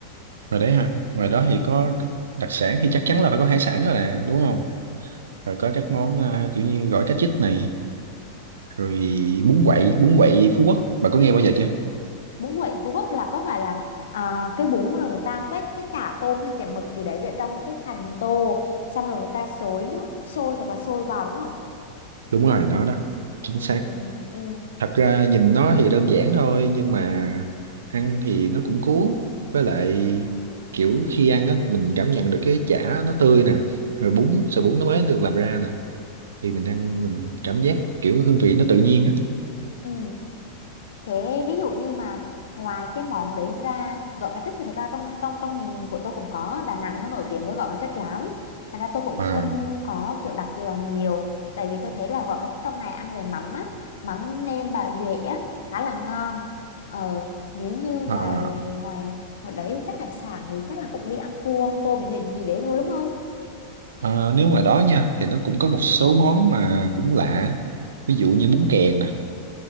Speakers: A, on the right (about 65°); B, on the left (about 60°).
A: rồi đấy ha ngoài đó thì có đặc sản thì chắc chắn là phải có hải sản rồi nè đúng không rồi có các món à, kiểu như gỏi cá chích này rồi bún quậy bún quậy Phú Quốc bà có nghe bao giờ chưa
B: bún quậy Phú Quốc là có phải là à, cái bún rồi người ta quét cái chả tôm hay chả mực gì đấy ở trong cái thành tô xong rồi người ta xối nước sôi hoặc là sôi vào đúng không?
A: đúng rồi nó đó chính
B: Ừ,
A: xác
B: ừ,
A: thật ra nhìn nó thì đơn giản thôi nhưng mà ăn thì nó cũng cuốn với lại kiểu khi ăn á mình cảm nhận được cái chả nó tươi nè rồi bún sợi bún nó mới được làm ra nè thì mình ăn mình cảm giác kiểu hương vị nó tự nhiên á
B: ừ. Thế ví dụ như mà ngoài cái món đấy ra gỏi cá trích thì thực ra trong trong trong miền của tôi cũng có Đà Nẵng nó nổi tiếng với gỏi cá trích lắm thành ra tôi cũng
A: à,
B: không có kiểu đặc kỳ vào nhiều tại vì tôi thấy là gỏi cá trích trong này ăn về mắm á mắm nêm bào duệ á khá là ngon ờ, nếu như ngoài
A: à,
B: ngoài ngoài đấy chắc hải sản thì chắc là cũng đi ăn cua ăn tôm thì gì đấy thôi đúng không
A: à, nếu ngoài đó nha thì nó cũng có một số món mà cũng lạ ví dụ như bún kèn nè